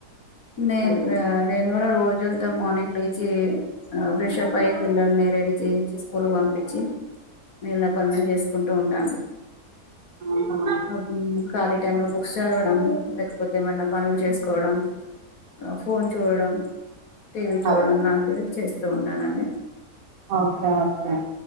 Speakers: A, on the left; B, on the right.
A: నేను
B: హ్మ్.
A: ఆ నేను మనం రోజుతో మార్నింగ్ లేచి ఫ్రెష్ప్ అయి పిల్లల్ని రెడీ చేయించి స్కూల్కి పంపించి మేలిన పనులను చేసుకుంటూ ఉంటాను
B: ఆహా
A: ఆ, మ్, ఖాళీ టైంలో బుక్స్ చదవడం లేకపోతే ఏమన్నా పనులు చేసుకోవడం ఫోన్ చూడడం టీవీ చూడడం
B: అ
A: లాంటివి చేస్తా ఉంటానండి
B: ఓకే ఓకే